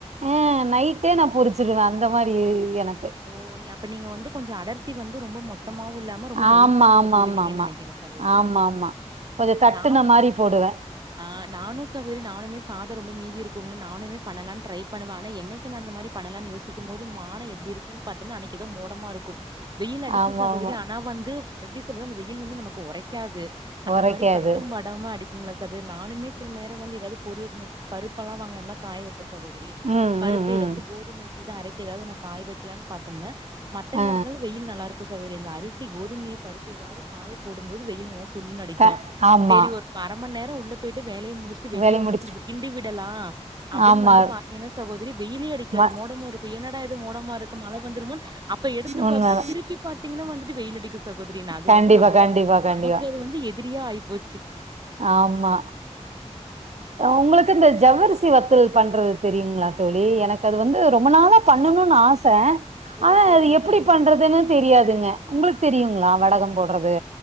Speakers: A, on the right; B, on the right.
A: ஹ நைட்டே நா பொறிச்சிருவ அந்த மாரி எனக்
B: ஓ நீ அப்ப நீங்க வந்து கொஞ்சோ அடர்த்தி வந் ரொம்ப மொத் த்தமாவு இல்லாம ரொ மெலிசா
A: ஆமா
B: நீங்க
A: ஆமா
B: போடுவிங்க
A: ஆமா ஆமா
B: நெனைக்கிற சகோதரி
A: ஆமா ஆமா கொஞ்சோ தட்டுன
B: நானு
A: மாரி போடுவே
B: ஆஹ் நானு சகோதரி நானுமே சாதோ ரொம்ப மீதி இருக் க்குள நானுமே பண்ணலா டிரை பண்ணுவ. ஆனா என்னைக்கி நா அந்தமாரி பண்ணலா யோசிக்கு போது மானம் எப்டி இருக் கே பாத்தோம்ன்னா அன்னைக்கி ஏதோ மோடமா இருக்கு வெய்யில் அடிக்கு
A: ஆமா
B: சகோதரி
A: ஆமா
B: ஆனா வந்து எப்டி சொல்றா அந்த வெய்யில் வந்து நமக்கு உறைக்காது. அந்த
A: ஒரைக்காது
B: மாரி பட்டும் படமா அடிக் உண்ம சகோதரி நானமே சில நேரம் வந்து ஏதாவ்து பொருள் பருப்பெல்லா வாங்குனான்ன காய வெப்ப சகோதரி
A: ம்
B: பருப்பு
A: ம் ம்
B: ஏதாச்சு கோதுமை இது அரைக்கக்குதா நா காய வை கிலன்னு பாத்தோம்னா மத்த
A: ஆ
B: நேரத்துல வெய்யில் நல்லா இருக்கு. இருக் சகோதரி <unintelligible> அரிசி கோதுமைய பருப் ஏதாவ்து காய போடும்போது வெயில் நல சுல்லுனு அடிக்கு
A: க ஆமா
B: சரி ஒரு பரமன் நேர் உள்ள போய்ட்டு வேலைய முடிச்சிட்டு வெளியே
A: வேலைய
B: வந்து
A: முடிச்சுட்டு
B: கொஞ்சோ கிண்டி விடலாம அப்டின்னு
A: ஆமா
B: வந்து பாத்தினா சகோதரி வெயிலே அடிக்காது
A: ம
B: மோடமா இருக்கோ என்னட மோடமா இருக் மழ வந்துருமோ அப்ப எடுத்து
A: உண்மதா
B: வப்ப திருப்பி பாத்து பாதீங்கனா வந்துட்டு வெயில்லடிக்கோ சகோதரி நா அது
A: கண்டிப்பா
B: வந்து நம்மளோ
A: கண்டிப்பா கண்டிப்பா
B: நமக்கு அது வந்து எதி ரியா ஆயிப்போ
A: ஆமா உங்களுக்கு இந்த ஜவ்வரி சி வத்தல் பண்றது தெரியுங்களா தோழி எனக்கு அது வந்து ரொம்ப நாள பண்ணனும்னு ஆச
B: ஓ
A: ஆனா
B: சேரிங்க
A: அது எப்டி
B: சேரிங்க
A: பண்றதுன்னு
B: சகோதரி
A: தெரியாதுங்க உங்களுக்கு தெரியுங்களா வடகம் போட்றது